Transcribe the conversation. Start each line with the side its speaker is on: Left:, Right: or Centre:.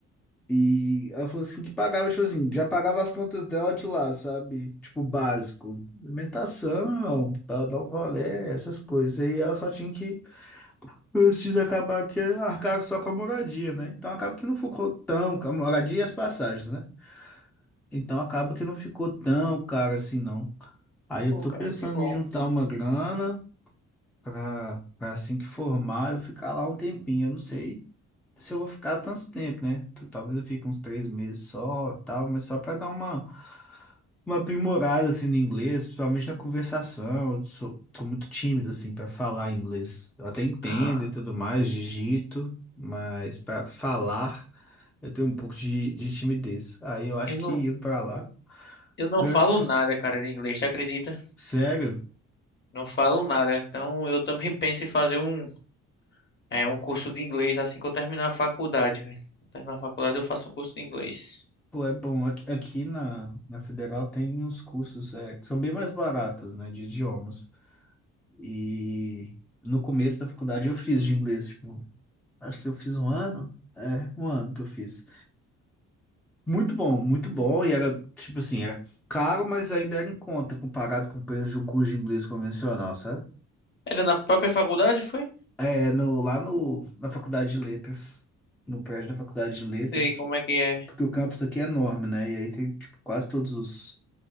Centre: E ela falou assim que pagava, tipo assim, já pagava as contas dela de lá, sabe? Tipo, básico. Alimentação, pra ela dar um rolê, essas coisas. E ela só tinha que, antes de acabar que arcar só com a moradia, né? Então acaba que não ficou tão, a moradia e as passagens, né? Então acaba que não ficou tão caro assim, não. Aí eu
Left: pô,
Centre: tô
Left: cara,
Centre: pensando
Left: que bom.
Centre: em juntar uma grana pra, pra assim que formar, eu ficar lá um tempinho. Eu não sei se eu vou ficar tanto tempo, né? T- Talvez eu fique uns três meses só, tal, mas só para dar uma, uma aprimorada assim no inglês, principalmente na conversação. Eu sou, sou muito tímido assim para falar inglês. Eu até entendo
Left: Ah,
Centre: e tudo mais, digito, mas para falar eu tenho um pouco de, de timidez. Aí eu acho
Left: eu
Centre: que
Left: não,
Centre: indo para lá,
Left: eu não
Centre: nessa,
Left: falo nada, cara, de inglês, tu acredita?
Centre: sério?
Left: Não falo nada. Então, eu também <laughs> penso em fazer um, é, um curso de inglês assim que eu terminar a faculdade, velho. Quando terminar a faculdade, eu faço um curso de inglês.
Centre: Pô, é bom, aqui, aqui na, na Federal tem uns cursos é, que são bem mais baratos, né, de idiomas. E no começo da faculdade eu fiz de inglês, tipo, acho que eu fiz um ano. É, um ano que eu fiz. Muito bom, muito bom. E era, tipo assim, era caro, mas ainda era em conta, comparado com o preço de um curso de inglês convencional, sabe?
Left: Era na própria faculdade, foi?
Centre: É, no, lá no, na faculdade de letras, no prédio da faculdade de letras,
Left: Sei como é que é.
Centre: porque o campus aqui é enorme, né? E aí tem, tipo, quase todos os,